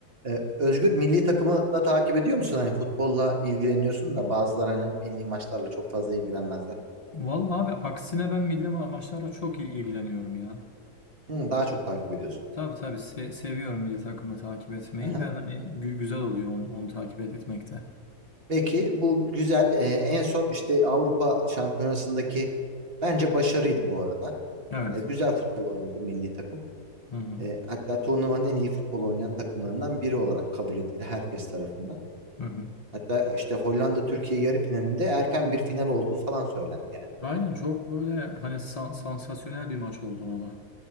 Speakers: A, on the right; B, on the left.
A: Ee, Özgür milli takımı da takip ediyor musun? Hani futbolla ilgileniyorsun da bazıları hani milli maçlarla çok fazla ilgilenmezler.
B: Vallahi abi aksine ben milli ma- maçlarla çok il- ilgileniyorum ya.
A: Hı, daha çok takip ediyorsun.
B: Tabii tabii se- seviyorum milli takımı takip etmeyi
A: Aha.
B: ve hani gü- güzel oluyor onu, onu takip et etmekte.
A: Peki bu güzel. Ee, en son işte Avrupa Şampiyonası'ndaki bence başarıydı bu arada.
B: Evet.
A: Ee, güzel futbol oynadı milli takım.
B: Hı hı.
A: Ee, hatta turnuvanın en iyi futbol oynayan takımlarından biri olarak kabul edildi herkes tarafından.
B: Hı hı.
A: Hatta işte Hollanda Türkiye yarı finalinde erken bir final olduğu falan söylendi yani böyle.
B: Aynen çok böyle hani san- sansasyonel bir maç oldu o da.